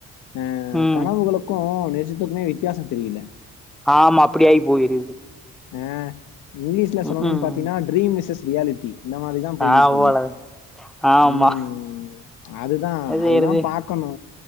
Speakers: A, on the left; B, in the centre.
A: ஆ
B: ம்
A: கனவுகளுக்கு <unintelligible> த்துக்குமே வித்தியாசோ தெரியல
B: ஆமா அப்படியாகி போயிருது
A: ஆ இங்கிலீஷ்ல
B: ம்
A: சொல்லணும்னு
B: ம்
A: பாத்தீங்கனா ட்ரீம் மிசஸ் ரியாலிட்டி இந்த மாரிதா போய்கிட்டு
B: ஆ
A: இருக்கு
B: போல ஆமா
A: உம் அதுதா
B: என்ன செய்யறது
A: அதுதா பாக்கணு